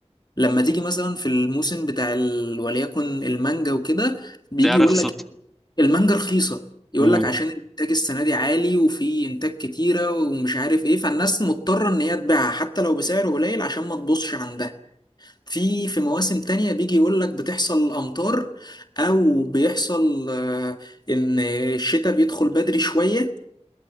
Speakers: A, on the left; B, in the centre.
A: لما تيجي مثلا في الموسم بتاع ال... وليكن المانجا وكده بيجي
B: تلاقيها
A: يقول
B: رخصت
A: لك المانجا رخيصة يقول
B: مم.
A: لك عشان الانتاج السنة دي عالي وفي انتاج كتيرة ومش عارف ايه فالناس مضطرة ان هي تبيعها حتى لو بسعر قليل عشان ما تبوظش عندها في في مواسم تانية بيجي يقول لك بتحصل امطار او بيحصل آه، ان الشتاء بيدخل بدري شوية